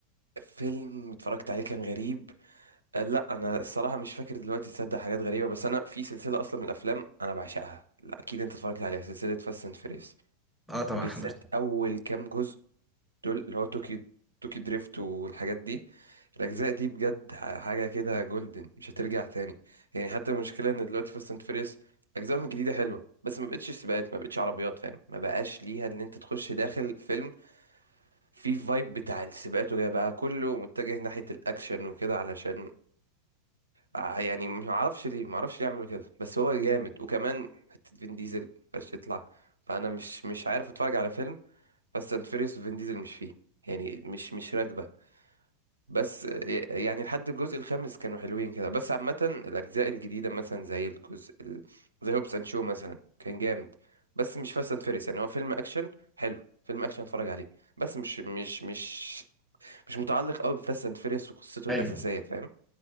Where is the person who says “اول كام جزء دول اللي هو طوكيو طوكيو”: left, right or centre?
Right